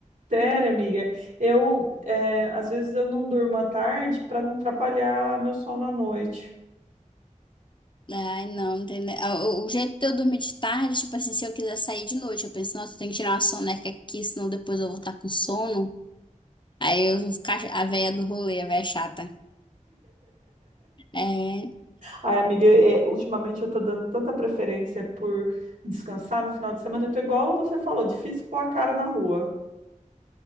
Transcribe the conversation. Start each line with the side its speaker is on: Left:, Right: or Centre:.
Right: Sério, amiga, eu, é, às vezes eu não durmo à tarde para não atrapalhar meu sono à noite.
Left: Ai, não, não tem. ne- Ah, O o jeito de eu dormir de tarde, tipo assim, se eu quiser sair de noite, eu penso, nossa, eu tenho que tirar uma soneca aqui, senão depois eu vou estar com sono. Aí eu vou ficar a véia do rolê, a véia chata. É.
Right: Ai, amiga, é, ultimamente eu tô dando tanta preferência por descansar no final de semana. Eu tô igual você falou, difícil pôr a cara na rua.